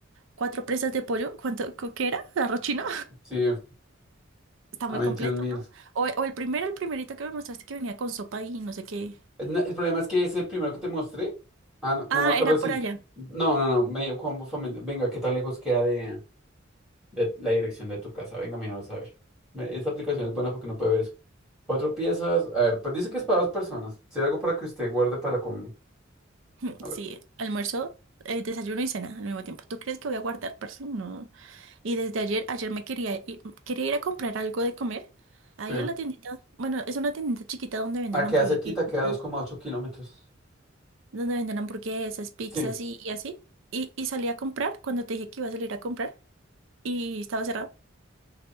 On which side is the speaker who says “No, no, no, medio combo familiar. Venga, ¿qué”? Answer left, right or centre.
Centre